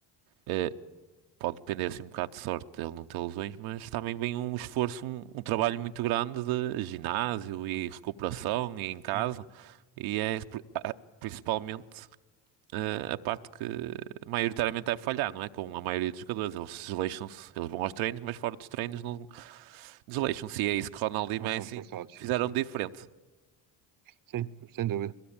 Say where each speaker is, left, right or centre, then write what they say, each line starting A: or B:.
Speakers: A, on the right (about 80°); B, on the right (about 45°).
A: ah, pode depender assim um bocado de sorte dele não ter lesões, mas também vem um esforço, um, um trabalho muito grande de ginásio e recuperação e em casa.
B: sim,
A: E é pri- a- principalmente eh, a parte que maioritariamente deve falhar, não é? Com a maioria dos jogadores, eles desleixam-se, eles vão aos treinos, mas fora dos treinos não desleixam-se. E é isso que Ronaldo
B: não
A: e Messi
B: são esforçados,
A: fizeram
B: sim, sim,
A: de diferente.
B: sim, sim, sem dúvida.